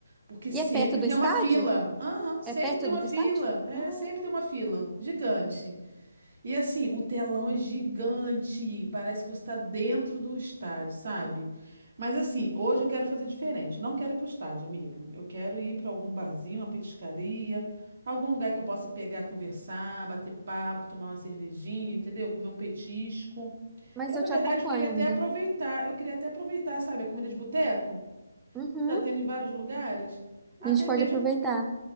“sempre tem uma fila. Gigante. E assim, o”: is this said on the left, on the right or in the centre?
Right